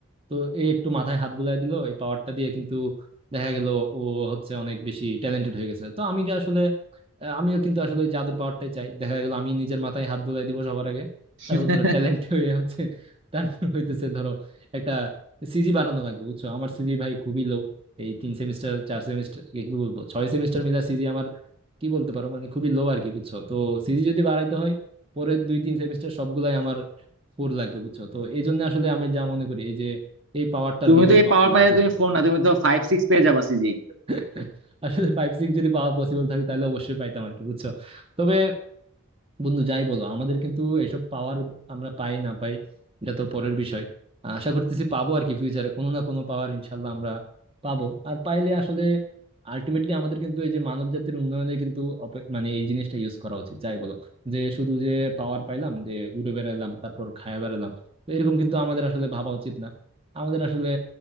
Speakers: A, on the right (about 25°); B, on the right (about 55°).
A: তো এই একটু মাথায় হাত বুলাই দিল এই পাওয়ারটা দিয়ে কিন্তু দেখা গেল ও হচ্ছে অনেক বেশি ট্যালেন্টেড হয়ে গেছে তো আমি কি আসলে আহ, আমিও কিন্তু আসলে ওই জাদুর পাওয়ারটাই চাই দেখা গেল আমি নিজের মাথায় হাত বুলাই দিব সবার আগে তারপর
B: <laughs>
A: ধরো ট্যালেন্ট হয়ে হচ্ছে তারপর হইতেছে ধরো একটা সিজি বাড়ানো লাগবে বুঝছো আমার সিজি ভাই খুবই লো এই তিন সেমিস্টার চার সেমিস্টার কি বলবো ছয় সেমিস্টার মিলা সিজি আমার কি বলতে পারো মানে খুবই লো আর কি বুঝছো তো সিজি যদি বাড়াইতে হয় পরের দুই তিন সেমিস্টার সবগুলাই আমার ফোর লাগবে বুঝছো তো এই জন্য আসলে আমি যা মনে করি এই যে এই পাওয়ারটার
B: তুমি
A: বিকল্প
B: তো এই
A: আমার
B: পাওয়ার
A: নাই
B: পাইলে
A: বুঝছো
B: তুমি ফোন না তুমি তো ফাইভ সিক্স পেয়ে যাবা সিজি
A: <laughs> আসলে ফাইভ সিক্স যদি পাওয়া পসিবল থাকে তাহলে অবশ্যই পাইতাম আর কি বুঝছো তবে বন্ধু যাই বলো আমাদের কিন্তু এসব পাওয়ার আমরা পাই না পাই এটা তো পরের বিষয় আশা করতেছি পাবো আর কি ফিউচারে কোনো না কোনো পাওয়ার ইনশাল্লাহ আমরা পাবো আর পাইলে আসলে আলটিমেটলি আমাদের কিন্তু এই যে মানব জাতির উন্নয়নে কিন্তু অপে- মানে এই জিনিসটা ইউজ করা উচিত যাই বলো যে শুধু যে পাওয়ার পাইলাম যে উড়ে বেড়ালাম তারপর খায়া বেড়ালাম তো এরকম কিন্তু আমাদের আসলে ভাবা উচিত না আমাদের আসলে